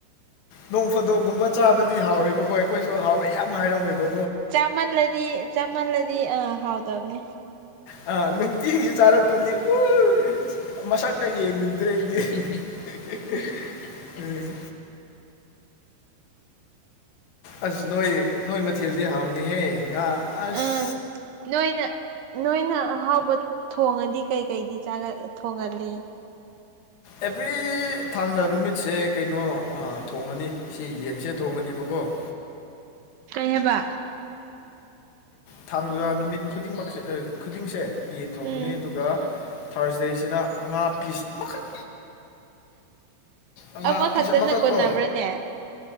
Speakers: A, on the left; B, on the right.
A: ꯅꯣꯡ ꯐꯥꯗꯣꯛꯒꯨꯝꯕ ꯆꯥꯕꯗꯤ ꯍꯥꯎꯋꯦꯕꯀꯣ ꯑꯩꯈꯣꯏꯁꯨ ꯍꯥꯎꯋꯦ ꯌꯥꯝ ꯍꯥꯏꯔꯝꯃꯦꯕ
B: ꯆꯥꯃꯜꯂꯗꯤ ꯆꯥꯃꯜꯂꯗꯤ ꯑꯥ ꯍꯥꯎꯗꯕꯅꯤ
A: ꯑ ꯅꯨꯡꯇꯤꯒꯤ ꯆꯥꯔꯒꯄꯒꯤ ꯎꯎꯏ ꯃꯁꯛ ꯀ ꯌꯦꯡꯅꯤꯡꯗ꯭ꯔꯦ ꯑꯩꯗꯤ ꯎꯝ ꯍꯨꯝ ꯍꯨꯝ ꯍꯍ ꯍ ꯎꯝ ꯑꯁ ꯅꯣꯏ ꯅꯣꯏ ꯃꯊꯦꯜꯗꯤ ꯍꯥꯎꯅꯤꯍꯦ ꯉꯥ ꯑꯁ
B: ꯑꯥ ꯅꯣꯏꯅ ꯅꯣꯏꯅ ꯑꯍꯥꯎꯕ ꯊꯣꯡꯉꯗꯤ ꯀꯩꯀꯩꯗꯤ ꯆꯥꯒ ꯊꯣꯡꯒꯜꯂꯤ
A: ꯑꯦꯕ꯭ꯔꯤ ꯊꯥꯡꯖꯥ ꯅꯨꯃꯤꯠꯁꯦ ꯀꯩꯅꯣ ꯑꯥ ꯊꯣꯡꯉꯅꯤ ꯁꯤ ꯌꯦꯟꯁꯦ ꯊꯣꯡꯉꯅꯤꯕꯀꯣ <inaudible>
B: ꯀꯩ ꯍꯦꯕ
A: ꯊꯥꯡꯖꯥ ꯅꯨꯃꯤꯠ ꯈꯨꯗꯤꯡꯃꯛꯁꯦ ꯑ ꯈꯨꯗꯤꯡꯁꯦ ꯌꯦꯟ ꯊꯣꯡꯉꯅꯤ
B: ꯎꯝ
A: ꯑꯗꯨꯒ ꯊꯥꯔꯁꯗꯦꯁꯤꯅ ꯉꯥ ꯄꯤꯁ ꯑꯃꯈꯛ ꯑꯉꯥ
B: ꯑꯃꯈꯛꯇꯅ
A: ꯑꯄꯤꯁ ꯑꯃꯈꯛꯀꯣ
B: ꯀꯣꯟꯅꯕ꯭ꯔꯥꯅꯦ